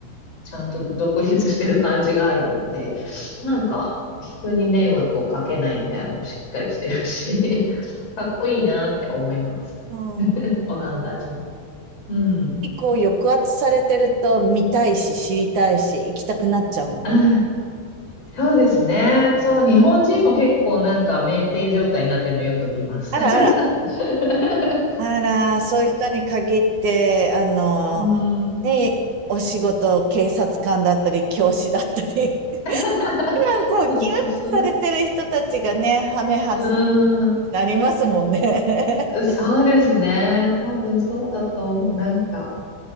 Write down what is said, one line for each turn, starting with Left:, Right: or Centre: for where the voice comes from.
Left: ちゃんと独立してる感じがあるので、なんか人に迷惑をかけないみたいなのもしっかりしてるし、<laughs> かっこいいなって思います。
Right: うん
Left: <laughs> オランダ人。うん。
Right: 結構抑圧されてると見たいし知りたいし行きたくなっちゃうもんね。
Left: あそうですね。そう、日本人も結構なんか酩酊状態になってるのよく見ます。
Right: あらあら
Left: <laughs>
Right: あら、そういう人に限って、あの、
Left: うん。
Right: ね、お仕事、警察官だったり、教師だったり、<laughs>
Left: <laughs>
Right: 普段こう、
Left: そうそうそう。
Right: ギュッてされてる人たちがね、ハメ外っ
Left: うん。
Right: てなりますもんね。
Left: そうですね。多分そうだと思う。なんか、